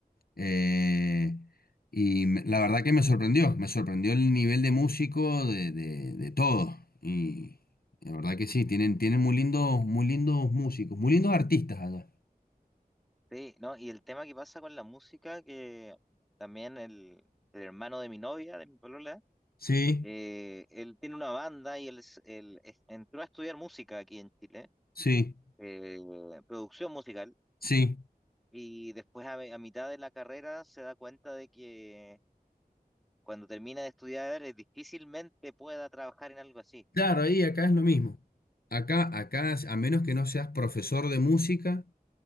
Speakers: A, on the left; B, in the centre.
A: Eh, y me- la verdad que me sorprendió, me sorprendió el nivel de músico de, de, de todo. Y la verdad que sí, tienen, tienen muy lindos, muy lindos músicos, muy lindos artistas allá.
B: sí, no, y el tema que pasa con la música, que también el, el hermano de mi novia, de mi polola,
A: Sí,
B: eh, él tiene una banda y él, es- él es- entró a estudiar música aquí en Chile,
A: sí,
B: eh, producción musical,
A: sí.
B: y después a, a mitad de la carrera se da cuenta de que cuando termina de estudiar eh, difícilmente pueda trabajar en algo así.
A: Claro, ahí acá es lo mismo. Acá, acá, a menos que no seas profesor de música